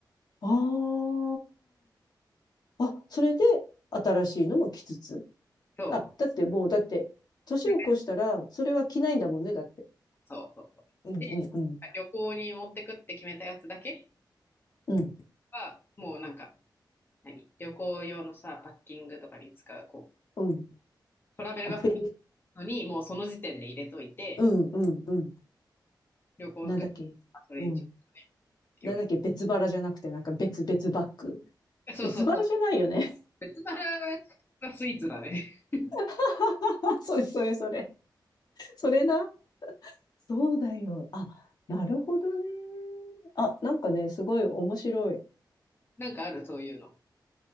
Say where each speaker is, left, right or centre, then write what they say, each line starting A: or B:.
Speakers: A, on the left (about 60°); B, on the left (about 30°).
A: ああ、あ、それで新しいのも着つつ。
B: そ
A: あ、だってもう、だって、年を越したら、
B: う。
A: それは着ないんだもんね、だって。
B: そうそうそう。
A: うん、
B: で、
A: うん、うん。
B: 旅行に持ってくって決めたやつだけ
A: うん、
B: は、もうなんか、何旅行用のさ、パッキングとかに使う、こ
A: うん。
B: う、トラベルバッグ
A: こうべ
B: のに、もうその時点で入れといて、
A: うん、うん、うん。
B: 旅行の時はそれにちょっとね、
A: なんだっけ。うん。
B: 洋服。
A: なんだっけ、別腹じゃなくて、なんか別々バッグ。
B: そうそうそう。
A: 別腹じゃないよね。
B: 別腹がスイーツだね。<laughs>
A: <laughs> それ、それ、それ。それな。そうだよ。あ、なるほどね。あ、なんかね、すごい面白い。
B: なんかある、そういうの。